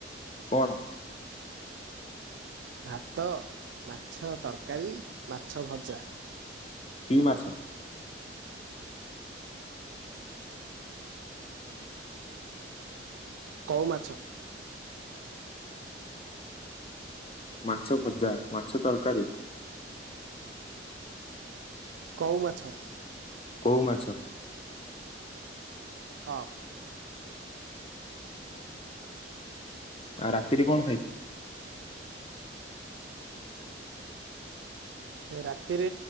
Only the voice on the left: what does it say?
କଣ।
କି ମାଛ?
ମାଛ ଭଜା ମାଛ ତରକାରି
କୋଉ ମାଛ।
ଆଉ ରାତିରେ କଣ ଖାଇଥିଲ?